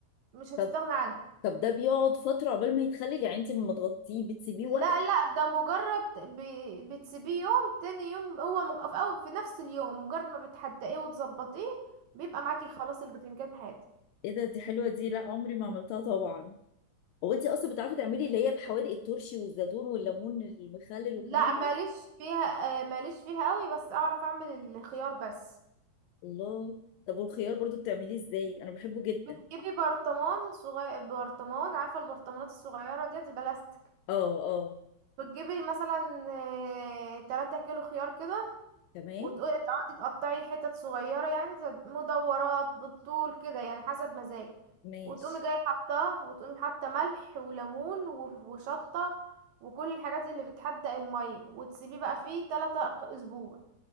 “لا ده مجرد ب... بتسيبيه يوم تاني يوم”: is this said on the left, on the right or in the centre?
Right